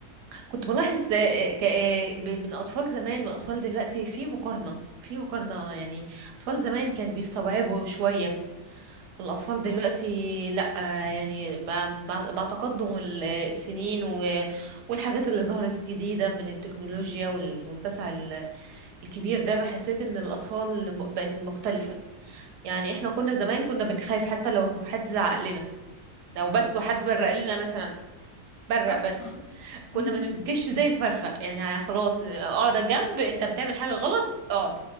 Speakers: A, on the right; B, on the left.
A: كنت بلاحظ ده آه، ك- آه، ب- من اطفال زمان واطفال دلوقتي في مقارنة في مقارنة يعني اطفال زمان كان بيستوعبوا شوية الاطفال دلوقتي
B: مم.
A: لا آه، يعني مع مع مع تقدم ال- السنين و- والحاجات اللي ظهرت جديدة من التكنولوجيا والمتسع ال- الكبير ده بحسيت ان الاطفال م- بقت مختلفة يعني احنا كنا زمان كنا بنخاف حتى لو حد زعق لنا لو بس وحد برق لنا مثلا برق
B: صح
A: بس كنا
B: مم.
A: بنجش زي الفرخة يعني خلاص اقعد على جنب انت بتعمل حاجة غلط اقعد